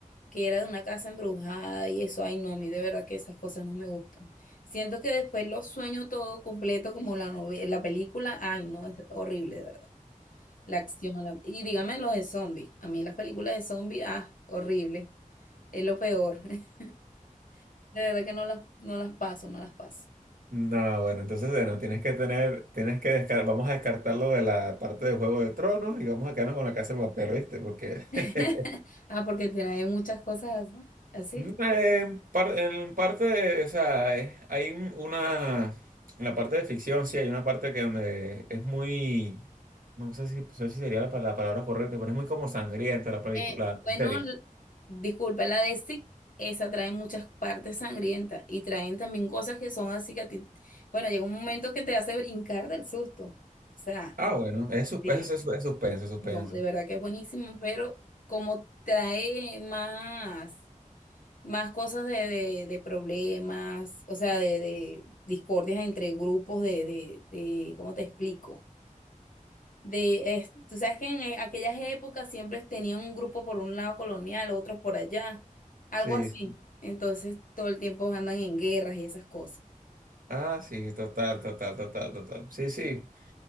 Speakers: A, on the left; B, on the right.
A: que era de una casa embrujada y eso, ay no, a mí de verdad que esas cosas no me gustan. Siento que después lo sueño todo completo como la novela, la película, ay no, es horrible de verdad. La acción, la- y dígame los de zombies, a mí las películas de zombies, ah, horrible, es lo peor. <laughs> De verdad que no las, no las paso, no las paso.
B: No, bueno, entonces bueno, tienes que tener, tienes que descartar, vamos a descartarlo de la parte de Juego de Tronos y vamos a quedarnos con la Casa de Papel, ¿viste? Porque
A: <laughs>
B: <laughs>
A: Ah, porque trae muchas cosas así.
B: Eh, par- en parte, o sea, es- hay un- una, en la parte de ficción, sí, hay una parte que donde es muy, no sé si, no sé si sería la, pa- la palabra correcta, pero es muy como sangrienta la película,
A: Eh, bueno,
B: la serie.
A: l- disculpa, la de Stick, esa trae muchas partes sangrientas y traen también cosas que son así que a ti, bueno, llega un momento que te hace brincar del susto. O sea,
B: Ah, bueno, es, sus-
A: Sí.
B: es, es, es suspenso, es suspenso.
A: no, de verdad que es buenísimo, pero como trae más, más cosas de, de, de problemas, o sea, de, de discordias entre grupos de, de, de, ¿cómo te explico? De, es- tú sabes que en eh, aquellas épocas siempre tenían un grupo por un lado colonial, otros por allá, algo
B: Sí,
A: así.
B: sí.
A: Entonces todo el tiempo andan en guerras y esas cosas.
B: ah, sí, total, total, total, total. Sí, sí,